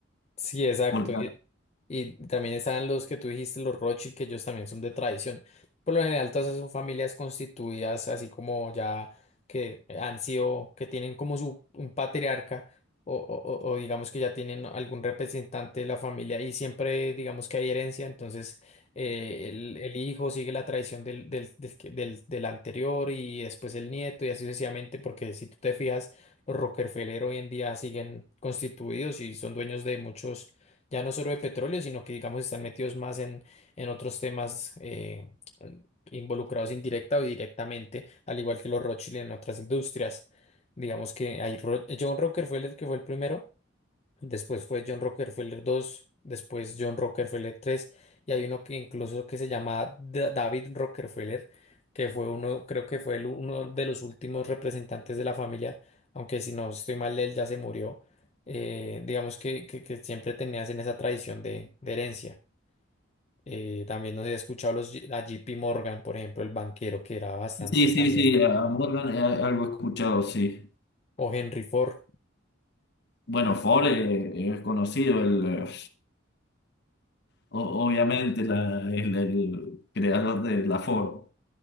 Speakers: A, on the left; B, on the left.
A: Sí, exacto.
B: Porque,
A: Y, y también están los que tú dijiste, los Rothschild, que ellos también son de tradición. Por lo general, todas esas son familias constituidas, así como ya que han sido, que tienen como su un patriarca o, o- o- o digamos que ya tienen algún representante de la familia y siempre digamos que hay herencia, entonces eh, el, el hijo sigue la tradición del, del, del, que- del del anterior y después el nieto y así sucesivamente, porque si tú te fijas los Rockefeller hoy en día siguen constituidos y son dueños de muchos, ya no solo de petróleo, sino que digamos están metidos más en, en otros temas eh, involucrados indirecta o directamente, al igual que los Rothschild en otras industrias. Digamos que hay Ro- John Rockefeller, que fue el primero, Después fue John Rockefeller dos después John Rockefeller tres y hay uno que incluso que se llama Da- David Rockefeller, que fue uno, creo que fue el uno de los últimos representantes de la familia, aunque si no estoy mal, él ya se murió. Eh, digamos que, que, que siempre tenías en esa tradición de, de herencia. Eh, también nos he escuchado los, G- a JP Morgan, por ejemplo, el banquero, que era bastante
B: sí, sí,
A: también,
B: sí, a Morgan eh, algo he escuchado, sí.
A: o Henry Ford,
B: Bueno, Ford eh, es conocido, el, eh, o- obviamente la- el, el creador de la Ford.